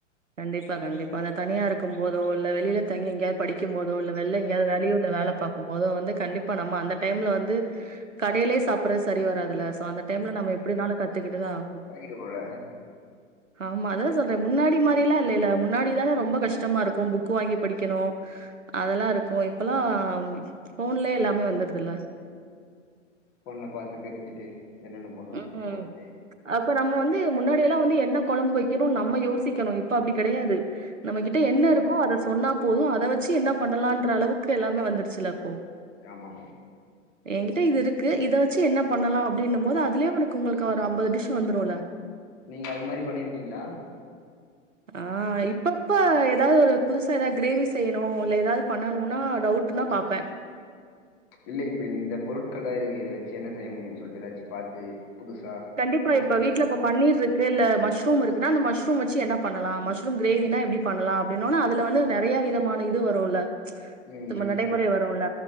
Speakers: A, on the right (about 90°); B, on the left (about 35°).
A: கண்டிப்பா கண்டிப்பா அத தனியா இருக்கு போதோ இல்ல வெளியில தங்கி எங்கயாவது படிக்கு போதோ இல்ல வெளிய ய வெளியூர்ல வேல பாக்கு போதோ வந்து கண்டிப்பா நம்ம அந்த டைம்ல வந்து கடைலயே சாப்ட்றது சரி வராதுல்ல சோ அந்த டைம்ல நம்ம எப்டினாலு கத்துகிட்டுதா ஆவ்
B: பழகிடுவோல்ல
A: ஆமா அததா சொல்ற முன்னாடி மாரில்லா இல்லல்ல முன்னாடிதா ரொம்ப கஷ்டமா இருக்கு புக் கு வாங்கி படிக்கணு அதெல்லா இருக்கு இப்பல்லா ஃபோன்லே எல்லாமே வந்துருதுல்ல
B: ஃபோன்ல பாத்து தெரிஞ்சுட்டு என்னென்ன பண்ணுன்
A: ம்
B: சொல்ட்டு போட்டு
A: அப்ப நம்ம வந்து முன்னாடிலா வந்து என்ன கொழம்பு வெக்கணுன் நம்ம யோசிக்கணு இப்ப அப்டி கெடையாது நம்மகிட்ட
B: ம்
A: என்ன இருக்கோ அத சொன்னா போது அத வச்சு என்ன பண்ணலான்ற அளவுக்கு எல்லாமே வந்துர்ச்சுல இப்போ
B: யாமா
A: ஏகிட்ட இது இருக்கு இத வச்சு என்ன பண்ணலா அப்டின்னு போது அ துலுயே உனக்கு உங்ளுக்கு ஒரு அம்பது டிஷ் வந்துருல்ல
B: நீங்க அது மாரி பண்ணிருகீங்ளா
A: ஆ இப்பப்ப ஏதாவ்து ஒரு புதுசா எதா க்ரேவி செய்யணு இல்ல ஏதாவ்து பண்ணணுனா டவுட் டுனா பாப்பே
B: இல்ல இப்ப இந்த பொருட்கள் தா இருக்கு இத வெச்சி என்ன செய்ய முடியுன் சொல்ட்டு ஏதாச்சு பாத்து புதுசா
A: கண்டிப்பா
B: உங்களுக்கு
A: இப்ப வீட்ல
B: தெரியாம
A: இப்போ பன்னீர்ருக் கு இல்ல மஷ்ரூம் இருக்குனா அந்த மஷ்ரூம் வச்சி என்ன பண்ணலா மஷ்ரூம் க்ரேவினா எப்டி பண்லா அப்டின் னோனா அதுல வந்து நெறையா விதமான இது வருல்ல
B: ம்
A: <unintelligible>
B: ம்
A: நடைமுறை வருல்ல